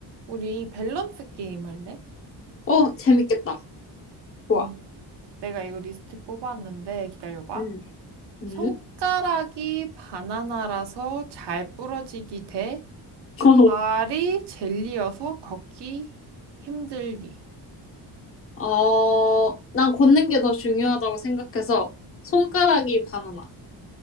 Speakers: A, on the right; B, on the left.
A: 우리 밸런스 게임 할래?
B: 어, 재밌겠다. 좋아.
A: 음. 내가 이거 리스트 뽑았는데 기다려봐.
B: 음. 음?
A: 손가락이 바나나라서 잘 부러지기 대
B: <laughs>
A: 발이 젤리여서 걷기 힘들기.
B: 어, 난 걷는 게 더 중요하다고 생각해서 손가락이 바나나.